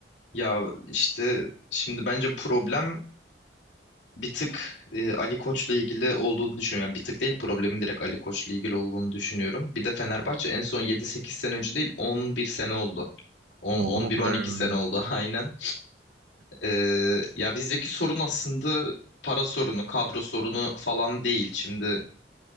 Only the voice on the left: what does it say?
Ya işte şimdi bence problem bir tık e, Ali Koç'la ilgili olduğunu düşünüyorum. Yani bir tık değil problemi direkt Ali Koç'la ilgili olduğunu düşünüyorum. Bir de Fenerbahçe en son yedi sekiz sene önce değil 11 sene oldu. on
on
bir
on iki sene
oldu <laughs> aynen. Ee, ya bizdeki sorun aslında para sorunu, kadro sorunu falan değil. Şimdi